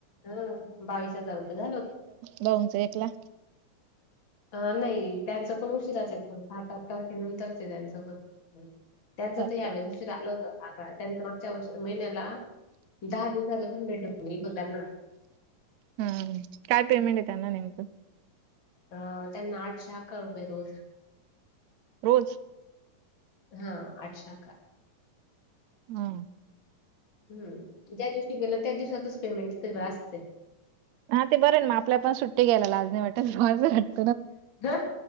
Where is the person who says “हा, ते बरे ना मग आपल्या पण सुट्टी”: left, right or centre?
Right